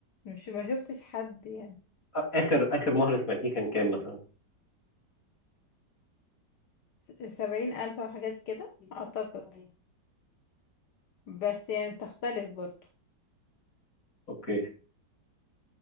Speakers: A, on the left; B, on the left.
A: مش ما شفتش حد يعني
B: اخر اخر مهر سمعتيه كان كام مثلا
A: س- سبعين ألف أو حاجات كده أعتقد بس يعني بتختلف برضو
B: اوكي